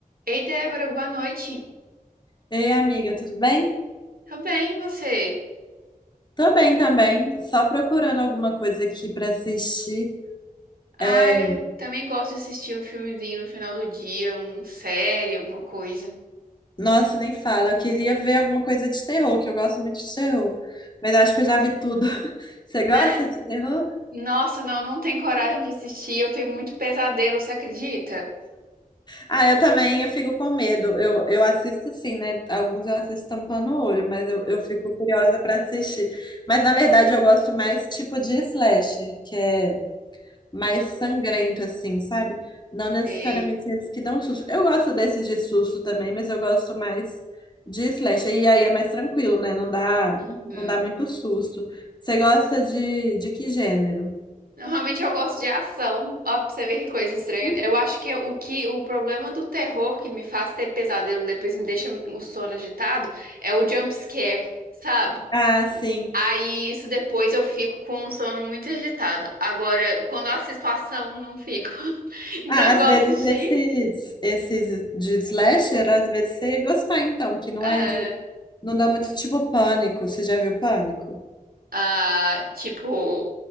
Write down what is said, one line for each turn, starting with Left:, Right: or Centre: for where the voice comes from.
Right: Ei, Débora, boa noite.
Left: Ei, amiga, tudo bem?
Right: Tá bem, e você?
Left: Tô bem também, só procurando alguma coisa aqui pra assistir.
Right: Ah,
Left: É,
Right: eu também gosto de assistir um filmezinho no final do dia, uma série, alguma coisa.
Left: Nossa, nem fala, eu queria ver alguma coisa de terror, que eu gosto muito de terror, mas acho que eu já vi tudo. <laughs> Você gosta
Right: Sério?
Left: de terror?
Right: Nossa, não, não tenho coragem de assistir. Eu tenho muito pesadelo, você acredita?
Left: Ah, eu também, eu fico com medo. Eu, eu assisto sim, né? Alguns eu assisto tampando o olho, mas eu, eu fico curiosa pra assistir. Mas na verdade eu gosto mais tipo de slasher, que é mais
Right: Ah.
Left: sangrento, assim, sabe? Não necessariamente
Right: Sei.
Left: eles que dão susto. Eu gosto desses de susto também, mas eu gosto mais de slasher. E aí é mais tranquilo, né? Não dá,
Right: Uhum.
Left: não dá muito susto. Você gosta de, de que gênero?
Right: Normalmente eu gosto de ação. Ó, pra você ver que coisa estranha.
Left: Hum?
Right: Eu acho que o que o problema do terror que me faz ter pesadelo depois me deixa o sono agitado é o jump scare, sabe?
Left: Ah, sim.
Right: Aí isso depois eu fico com o sono muito agitado. Agora, quando eu assisto a ação, não fico. <laughs> Então
Left: Ah,
Right: eu
Left: às
Right: gosto
Left: vezes
Right: de.
Left: esses, esses de slasher, às vezes você ia gostar, então, que não
Right: É,
Left: é de. Não dá muito tipo pânico. Você já viu pânico?
Right: ah, tipo,